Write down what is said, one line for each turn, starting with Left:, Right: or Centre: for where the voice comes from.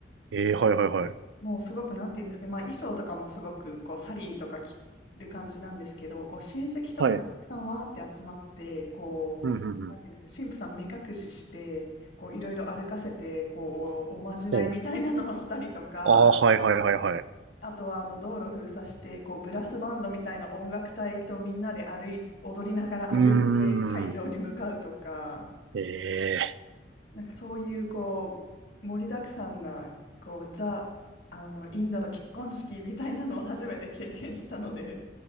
Right: ええ、はいはいはい。
Left: もうすごくなんて言うんですかね、まあ衣装とかもすごくこうサリーとか着る感じなんですけど、こう親戚とかがたくさんわーって集まって、
Right: はい。
Left: こう、
Right: うんうんうん。
Left: なんていうんですかね、神父さん目隠しして、こういろいろ歩かせて、こうおまじないみたいなのをしたりとか、
Right: おう。ああ、はいはいはいはい。
Left: あとはあの道路封鎖して、こうブラスバンドみたいな音楽隊とみんなで歩いて、踊りながら歩いて会場に向かうとか、
Right: うーん。ええ、
Left: なんかそういうこう盛りだくさんなこうザあのインドの結婚式みたいなのを初めて経験したので